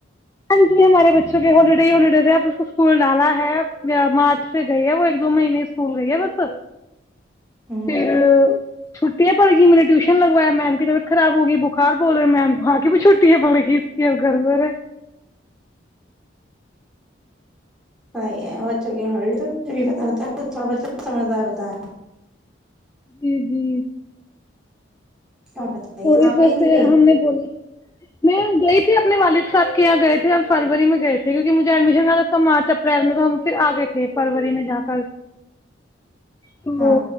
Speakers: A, on the left; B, in the centre.
A: ہاں جی ہمارے بچوں کے ہالیڈے ہی ہوالڈے تھ اب اس کو اسکول ڈالا ہے مارچ سے گئی ہے وہ ایک دو مہینے اسکول گئی ہے بس
B: ہوں
A: پھر چھٹیں پڑ گی م نے ٹیوشن لگوایا میم کی طبیعت خراب ہوگئی بخار بول رہے میم ہاں کہ چھٹیں پڑ گی اس کی گر ہے
B: صحیح ہے بچوں کی ہی تو بھی پت ہوتا ہے تھوڑا بچہ سمجھدار ہوتا ہے
A: جی جی
B: اور بتائیے
A: تو
B: آپ
A: اس وجس
B: کہیں نہیں گئے
A: ہم نے بولی میں گئی تھی اپنے والد صاحب کے یہاں گئے تھے ہم فروری میں گئے تھے کیونکہ مجھے ایڈمیشن لا تھا مارچ اپریل میں تو ہم پھر آ گئے تھے فروری میں جا کر تو
B: ہاں